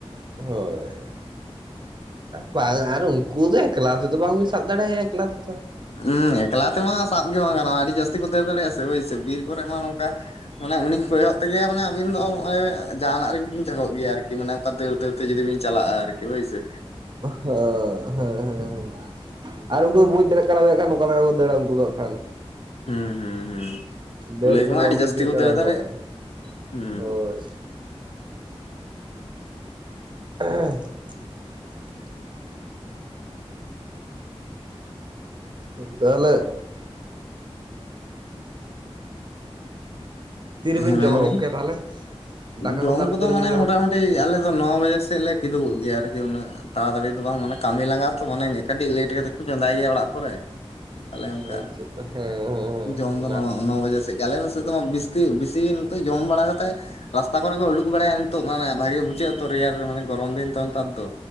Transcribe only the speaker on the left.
ᱦᱮᱸ ᱮᱠᱞᱟ ᱛᱮᱢᱟ ᱥᱟᱵ ᱜᱮ ᱵᱟᱝ ᱜᱟᱱᱚᱜᱼᱟ ᱟᱹᱰᱤ ᱡᱟᱹᱥᱛᱤ ᱠᱚ ᱫᱟᱹᱲ ᱫᱟᱲᱮᱭᱟᱜᱼᱟ ᱥᱮ ᱦᱳᱭ ᱥᱮ ᱵᱤᱨ ᱠᱚᱨᱮ ᱢᱟ ᱱᱚᱝᱠᱟ ᱢᱟᱱᱮ ᱩᱱᱤ ᱠᱚᱭᱚᱜ ᱛᱮᱜᱮ ᱢᱟᱱᱮ ᱟᱵᱤᱱ ᱫᱚ ᱱᱚᱜ-ᱚᱭ ᱡᱟᱦᱟᱸᱱᱟᱜ ᱜᱮᱵᱤᱱ ᱡᱷᱟᱜᱚᱜ ᱜᱮᱭᱟ ᱟᱨᱠᱤ ᱢᱟᱱᱮ ᱚᱱᱠᱟ ᱫᱟᱹᱲ ᱫᱟᱹᱲ ᱛᱮ ᱡᱩᱫᱤ ᱵᱤᱱ ᱪᱟᱞᱟᱜᱼᱟ ᱟᱨᱠᱤ ᱦᱳᱭ ᱥᱮ᱾
ᱦᱩᱸ ᱦᱩᱸ ᱦᱩᱸ
ᱠᱩᱞᱟᱹᱭ
ᱠᱚᱢᱟ
ᱟᱹᱰᱤ ᱡᱟᱹᱥᱛᱤ
ᱠᱚ
ᱫᱟᱹᱲ ᱫᱟᱲᱮᱭᱟᱜ᱾ ᱦᱩᱸ
ᱦᱮᱸ
ᱢᱮᱱᱵᱤᱱ
ᱡᱚᱢ
ᱠᱚᱫᱚ
ᱢᱟᱱᱮ
ᱢᱚᱴᱟᱢᱩᱴᱤ ᱠᱟᱹᱴᱤᱡ ᱟᱞᱮ ᱫᱚ ᱱᱚ ᱵᱟᱡᱮ ᱥᱮᱫ ᱞᱮ ᱠᱤᱫᱩᱜᱚᱜ ᱜᱮᱭᱟ, ᱟᱨᱠᱤ ᱩᱱᱟᱹᱜ ᱛᱟᱲᱟᱛᱟᱲᱤ ᱫᱚ ᱵᱟᱝ ᱢᱟᱱᱮ ᱠᱟᱹᱢᱤ ᱞᱟᱸᱜᱟ ᱛᱚ ᱢᱟᱱᱮ ᱠᱟᱹᱴᱤᱡ ᱞᱮᱴ ᱠᱟᱛᱮᱫ ᱠᱚ ᱪᱚᱸᱫᱟᱭ ᱜᱮᱭᱟ ᱚᱲᱟᱜ ᱠᱚᱨᱮ, ᱟᱞᱮ ᱚᱱᱠᱟ
ᱡᱚᱢ
ᱫᱚ
ᱱᱚ ᱱᱚ ᱵᱟᱡᱮ ᱥᱮᱫ ᱜᱮᱞᱮ ᱢᱮ ᱥᱮ ᱫᱚ ᱢᱟ ᱵᱤᱥ ᱵᱤᱥᱤ ᱱᱤᱛᱚᱜ ᱡᱚᱢ ᱵᱟᱲᱟ ᱠᱟᱛᱮ ᱨᱟᱥᱛᱟ ᱠᱚᱨᱮ ᱠᱚ ᱩᱰᱩᱠ ᱵᱟᱲᱟᱭᱟ ᱱᱤᱛᱚᱜ ᱢᱟᱱᱮ ᱵᱷᱟᱜᱮ ᱵᱩᱡᱷᱟᱹᱜᱼᱟ ᱛᱚ ᱨᱮᱭᱟᱲ ᱨᱮ ᱢᱟᱱᱮ ᱜᱚᱨᱚᱢ ᱫᱤᱱ ᱛᱚ ᱱᱮᱛᱟᱨ ᱫᱚ᱾